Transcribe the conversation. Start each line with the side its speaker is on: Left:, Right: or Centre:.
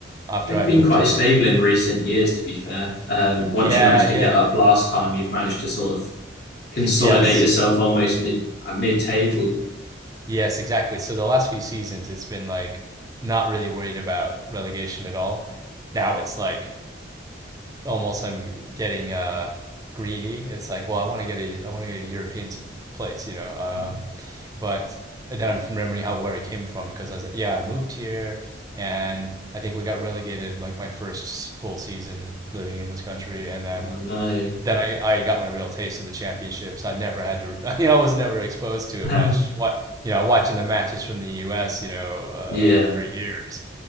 Right: after
Left: They've
Right: I
Left: been
Right: moved
Left: quite
Right: to the,
Left: stable in recent years, to be fair. Um, once
Right: yeah,
Left: you managed
Right: yeah,
Left: to get up last time, you've managed to sort of consolidate
Right: yes,
Left: yourself almost mid at mid table.
Right: yes, exactly. So the last few seasons, it's been like not really worried about relegation at all. Now it's like almost I'm getting uh, greedy. It's like, well, I want to get a I want to get a European place, you know. Um,
Left: Mm.
Right: but then I'm remembering how where it came from because I was like, yeah, I moved here and I think we got relegated like my first full season living in this country, and then
Left: Oh no.
Right: then I, I got my real taste of the championships. I never had to, <laughs> you know, I was never exposed to it much.
Left: <laughs>
Right: What you know, watching the matches from the U.S., you know, uh,
Left: Yeah.
Right: for years.